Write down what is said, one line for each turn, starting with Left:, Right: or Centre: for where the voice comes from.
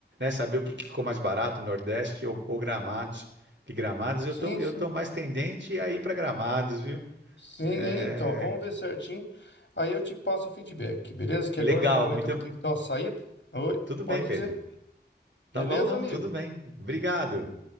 Right: saber o que, que ficou mais barato, Nordeste ou, ou Gramados. Que Gramados, eu
Left: Sim,
Right: tô, eu
Left: sim.
Right: tô mais tendente a ir para Gramados, viu?
Left: Sim, é, então,
Right: É,
Left: vamos ver certinho. Aí eu te passo o feedback, beleza? Que
Right: Legal,
Left: agora no momento
Right: muito.
Left: eu vou ter que dar uma saída. Oi,
Right: Tudo
Left: pode
Right: bem, Pedro.
Left: dizer.
Right: Tá
Left: Beleza,
Right: bom, não?
Left: amigo?
Right: Tudo bem. Obrigado.